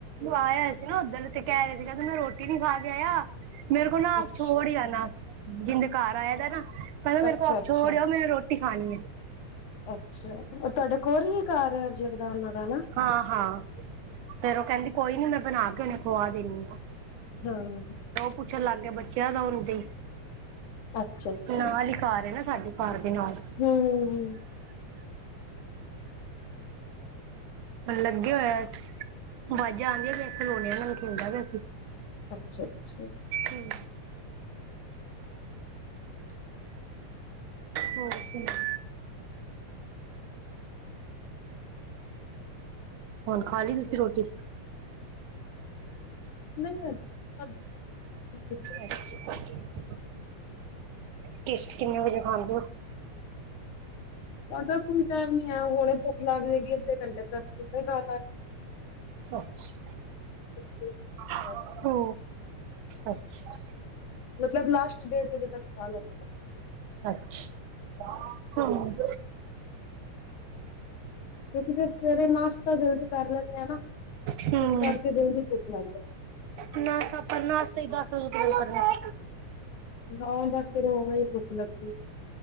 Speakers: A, on the right; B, on the left.
A: ਆਇਆ ਸੀ ਨਾ ਉੱਧਰ, ਤੇ ਕਹਿ ਰਹੇ ਸੀ। ਕਹਿੰਦੇ ਮੈਂ ਰੋਟੀ ਨੀ ਖਾ ਕੇ ਆਇਆ। ਮੇਰੇ ਕੋ ਨਾ
B: ਅੱਛਾ
A: ਆਪ ਛੋੜ ਹੀ ਆ ਨਾ। ਜਿੰਦੇ ਘਰ ਆਏ ਦਾ ਨਾ। ਕਹਿੰਦਾ ਮੇਰੇ
B: ਅੱਛਾ ਅੱਛਾ
A: ਕੋ ਆਪ
B: ਅੱਛਾ
A: ਛੋੜ ਆਓ ਮੇਨੂੰ ਰੋਟੀ ਰੋਟੀ ਖਾਣੀ ਹੈ।
B: ਅੱਛਾ, ਤੁਹਾਡੇ ਕੋਲ ਹੀ ਆ ਘਰ, ਜਗਦਾ ਨਾਂ ਦਾ ਹਨਾ।
A: ਹਾਂ ਹਾਂ ਫੇਰ ਉਹ ਕਹਿੰਦੀ ਕੋਈ ਨੀ। ਮੈਂ ਬਣਾ ਕੇ ਉਹਨੇ ਖੁਆ ਦਿੰਦੀ ਆ।
B: ਹੂੰ।
A: ਕੁਛਨ ਲਾਗ ਗਿਆ ਬੱਚਿਆ ਦਾ ਆਉੰਦੇ।
B: ਅੱਛਾ-ਅੱਛਾ,
A: ਨਾਲ ਹੀ ਘਰ ਹੈ ਨਾ, ਸਾਡੀ ਘਰ ਦੇ ਨਾਲ।
B: ਹੂੰ-ਹੂੰ, ਹੂੰ।
A: ਲੱਗੇ ਹੋਏਆ, ਆਵਾਜ਼ਾਂ ਆਉਂਦੀਆਂ ਪਿਆ। ਖਲੋਣਿਆਂ ਨਾਲ ਖੇਲਦਾ ਪਿਆ ਸੀ।
B: ਅੱਛਾ- ਅੱਛਾ।
A: ਹੂੰ। ਹੋਰ ਸੁਣਾ? ਹੁਣ ਖਾ ਲਈ ਤੁਸੀਂ ਰੋਟੀ?
B: ਨਹੀਂ ਹਜੇ। <unintelligible>
A: <unintelligible> ਕਿਸ਼ ਕਿੰਨੇ ਵਜੇ ਖਾਂਦੇ ਓ
B: ਸਾਡਾ ਕੋਈ ਟਾਈਮ ਨੀ ਆ। ਹਲੇ ਭੁੱਖ ਲੱਗ ਜਾਏਗੀ ਅੱਧੇ ਘੰਟੇ ਤੱਕੇ ਫੇਰ ਖਾ ਲਾ
A: ਅੱਛਾ।
B: ਡੇਢ ਖਾ
A: ਆਹੋ ਅੱਛਾ।
B: ਮਤਲਬ ਲਾਸਟ ਡੇਢ ਵਜੇ ਤੱਕ ਖਾਹ ਲੈਂਦੇ।
A: ਅੱਛਾ ਹੂੰ।
B: ਕਿਉਂਕਿ ਫੇਰ ਸਵੇਰੇ ਨਾਸ਼ਤਾ ਜਲਦੀ ਕਰ ਲੈਂਦੇ ਆ ਨਾ।
A: ਹਮ
B: ਇਸ ਕਰਕੇ ਜਲਦੀ ਭੁੱਖ ਲੱਗ ਜਾਂਦੀ।
A: ਨਾਸ਼ਤਾ ਆਪਾ ਨਾਸਤਾ ਹੀ ਦੱਸ ਵਜੇ ਤਕ ਕਰਨੇ ਆ।
B: ਨੋ, ਦਸ ਫੇਰ ਉਵੇਂ ਹੀ ਭੁੱਖ ਲੱਗਦੀ ਹੈ।